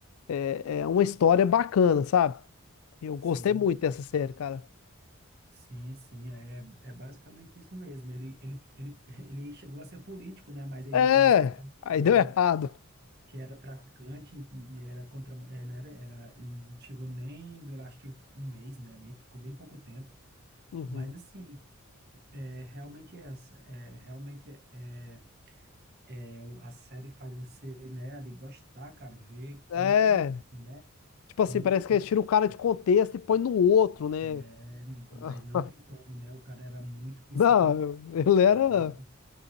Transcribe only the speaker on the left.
É, é uma história bacana, sabe? Eu gostei
muito
dessa série, cara.
É,
aí
deu
errado.
Uhum.
É,
tipo assim,
parece que eles tiram o cara de contexto e põe no outro, né?
<laughs>
Não, eu- ele
era